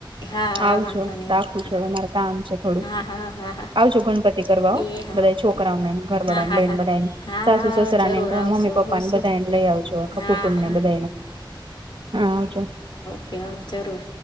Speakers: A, on the left (about 60°); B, on the right (about 65°).
A: હા હા
B: આવજો
A: વાંધો નહીં
B: રાખું
A: ઓકે
B: છોવે. અમારે કામ છે થોડું
A: હા હા હા હા
B: આવજો ગણપતિ કરવા હો,
A: એ હા
B: બધા
A: ઓકે
B: છોકરાઓને ઘરવાળાને
A: હા હા
B: લઈને
A: હા
B: બધાયને,
A: હા
B: સાસુ સસરાને
A: હા જરૂર
B: મમ્મી
A: આવશું
B: પપ્પાને
A: આવશું
B: બધાયને લઈ આવજો આખા
A: હા
B: કુટુંબ ને
A: હા
B: બધાયને. હા આવજો.
A: ઓકે હોવ, જરૂર.